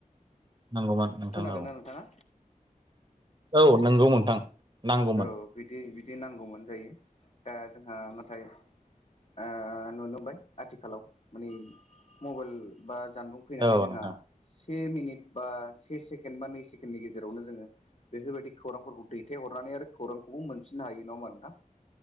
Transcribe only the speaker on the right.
नंगौमोन नोंथां
औ।
औ नोंगौ नोंथां। नांगौमोन
औ
नोंथां